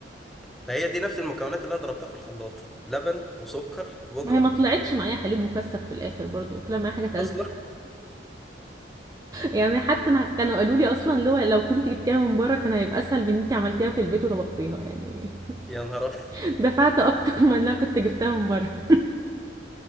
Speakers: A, in the centre; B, on the right (about 20°).
A: فهي دي نفس المكونات اللي انا ضربتها في الخلاط لبن وسكر بودرة
B: ما هي ما طلعتش معايا حليب مكثف في الاخر برضو طلع معايا حاجه تالته
A: اصلا <laughs>
B: يعني حتى انا كانوا قالوا لي اصلا لو لو كنت جبتيها من بره كان هيبقى اسهل من ان انت عملتيها في البيت وطبختيها يعني
A: يا نهار ابيض
B: <laughs> دفعت اكتر من لو كنت جبتها من بره <laughs>